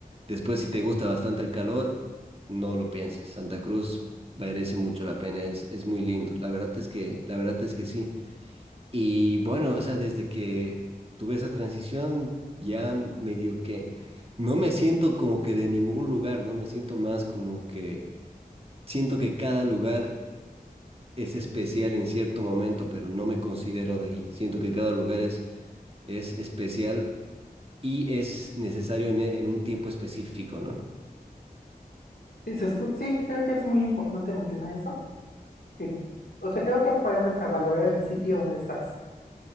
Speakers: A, on the right; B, on the left.
A: después si te gusta bastante el calor, no lo pienses. Santa Cruz merece mucho la pena, es, es muy lindo. La verdad es que, la verdad es que sí. Y bueno, o sea, desde que tuve esa transición, ya medio que no me siento como que de ningún lugar, ¿no? Me siento más como que siento que cada lugar es especial en cierto momento, pero no me considero de ahí. Siento que cada lugar es, es especial y es necesario en, e, en un tiempo específico, ¿no?
B: Sí, se escu- sí, creo que es muy importante mencionar eso. Que, o sea, creo que aprendes a valorar el sitio donde estás.